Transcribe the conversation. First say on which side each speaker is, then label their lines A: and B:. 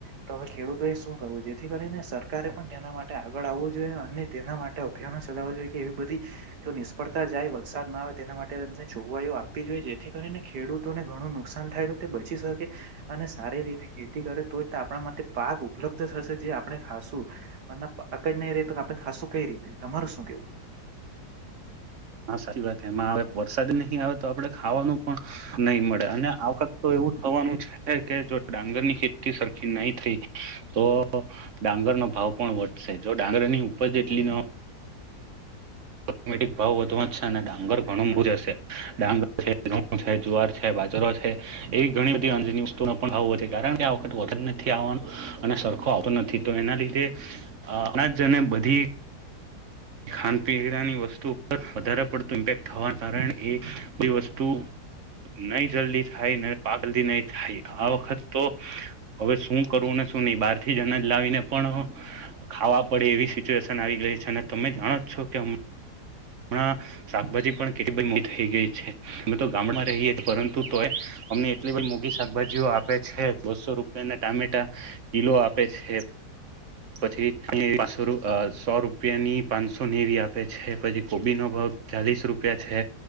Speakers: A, on the right; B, on the right.
A: તો હવે ખેડૂતો એ શું કરવું જેથી કરીને સર સરકારે પણ તેના માટે આગળ આવવું જોઈએ અને તેના માટે અભિયાનો ચલાવ જોઈએ એવી બધી જો નિષ્ફળતા જાય વરસાદ ના આવે તેના માટે તેમને જોગવાઈઓ આપવી જોઈએ જેથી કરીને ખેડૂતોને ઘણું નુકસાન થાય તો તે બચી શકે અને સારી રીતે ખેતી કરે તો જ આપણા માટે પાક ઉપલબ્ધ થશે આપણે ખાસું અને પાક જ નહી રે આપણે ખાસું કઈ રીતે તમારું શું કેવું
B: હા સાચી વાત એમાં હ વરસાદ નહીં આવે તો આપડે ખાવાનું પણ નહી મળે અને આ વખત તો એવું થવાનું છે કે જો ડાંગર ની ખેતી સરખી નહી થઈ તો ડાંગર ન ભાવ પણ વધશે જો ડાંગરની ઉપજ એટલી ન
A: <inaudible>
B: ઓટોમેટિક ભાવ વધુ જ છે અને ડાંગર ઘણું બૂ જ હશે ડાંગર છે ઘઉ છે જુવાર છે બાજરો છે એવી ઘણી બધી અજ વસ્તુ પણ ભાવ વધે કારણ આ વખત વધન નથી આવવાનું અને સરખો આવતો નથી તો એના લીધે આપણા જને બધી ખાનપીવાની વસ્તુ પર વધારે પડતું ઇમ્પેક્ટ થવાના કારણે એ બે વસ્તુ નહી જલ્દી થાય ને પાગલદી નહી થાય આ વખત તો હવે શું કરવું ને શુ નહી બારથી જનજ લાવીને પણ ખાવા પડે એવી સિચ્યુએશન આવી ગઈ છે તમે જાણો જ છો કે હમણા શાકભાજી પણ કેટલી બઘી મોઘી થઈ ગઈ છે અમે તો ગામડામાં રહીએ પરંતુ તોય અમને એટલી બધી મોઘી શાકભાજીઓ આપે છે બસો રૂપિયાને ટામેટા કિલો આપે છે પછી <unintelligible> સો રૂપી રૂપિયાની પાંચસો નેવી આપે છે પછી કોબીનો ભાવ ચાલીસ રૂપિયા છે